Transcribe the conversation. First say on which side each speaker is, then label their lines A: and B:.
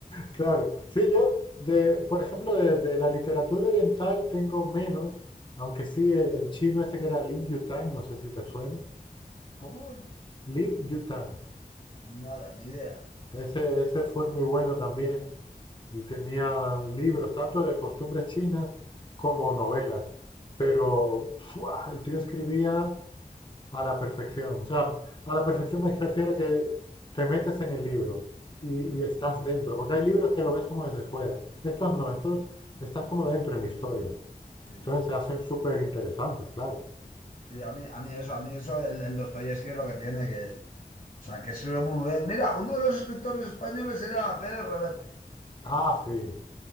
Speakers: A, on the left; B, on the left.
A: Claro, sí, yo, de, por ejemplo, de, de la literatura oriental tengo menos, aunque sí, el, el chino este que era Lin Yutang, no sé si te suena,
B: ¿Cómo?
A: Lin Yutang,
B: Nada, ni idea.
A: ese, ese fue muy bueno también y tenía libros tanto de costumbres chinas como novelas, pero ¡fua! el tío escribía A la perfección. O sea, a la perfección me refiero a que te metes en el libro y,
B: Mm,
A: y estás dentro, porque hay libros que lo ves como desde fuera. Estos no,
B: mm,
A: estos estás como dentro en la historia.
B: Sí,
A: Entonces se hacen súper interesantes, claro.
B: sí, a mí, a mí eso, a mí eso, el, el Dostoyevski es lo que tiene que. O sea, que sirve muy bien. Mira, uno de los escritores españoles era Pérez Reverte.
A: Ah, sí,